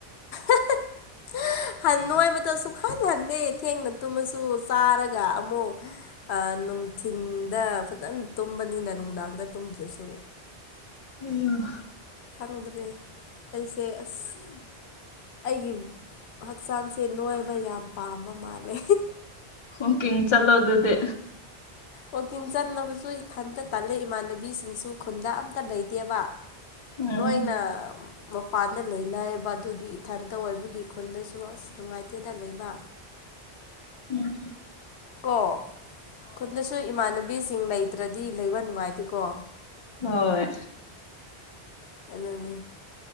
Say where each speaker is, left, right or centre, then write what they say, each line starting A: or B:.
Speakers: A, on the left; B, on the left.
A: <unintelligible> ꯅꯣꯏꯕꯗ‌ꯣ ꯁꯨꯡꯍꯟ ꯍꯟꯗꯦ ꯊꯦꯡꯅ ꯇꯨꯝꯃꯁꯨ ꯆꯥꯔꯒ ꯑꯃꯨꯛ ꯅꯨꯡꯊꯤꯟꯗ ꯐꯖꯅ ꯇꯨꯝꯕꯅꯤꯅꯅ ꯅꯨꯡꯗꯥꯡꯗ ꯇꯨꯝꯗ꯭ꯔꯁꯨ
B: ꯎꯝ
A: ꯈꯪꯗ꯭ꯔꯦ ꯑꯩꯁꯦ ꯑꯁ ꯑꯩꯒꯤ ꯍꯛꯆꯥꯡꯁꯦ ꯅꯣꯏꯕ ꯌꯥꯝ ꯄꯥꯝꯕ ꯃꯥꯜꯂꯦ
B: ꯋꯥꯀꯤꯡ ꯆꯠꯂ‌ꯣ ꯑꯗꯨꯗꯤ
A: ꯋꯥꯛꯀꯤꯡ ꯆꯠꯅꯕꯁꯨ ꯏꯊꯟꯇ ꯇꯜꯂꯦ ꯏꯃꯥꯟꯅꯕꯤꯁꯤꯡꯁꯨ ꯈꯨꯟꯗ ꯑꯝꯇ ꯂꯩꯇꯦꯕ
B: ꯎꯝ
A: ꯂ‌ꯣꯏꯅ ꯃꯄꯥꯟꯗ ꯂꯩꯅꯩꯑꯕ ꯑꯗꯨꯒꯤ ꯏꯊꯟꯇ ꯑꯣꯏꯕꯒꯤ ꯈꯨꯟꯗꯁꯨ ꯑꯁ ꯅꯨꯡꯉꯥꯏꯇꯦꯗ ꯂꯩꯕ
B: ꯎꯝ
A: ꯑꯣ ꯈꯨꯠꯅꯁꯨ ꯏꯃꯥꯟꯅꯕꯤꯁꯤꯡ ꯂꯩꯇ꯭ꯔꯗꯤ ꯂꯩꯕ ꯅꯨꯡꯉꯥꯏꯇꯦꯀꯣ
B: ꯍꯣꯏ
A: ꯑꯗꯨꯅꯤ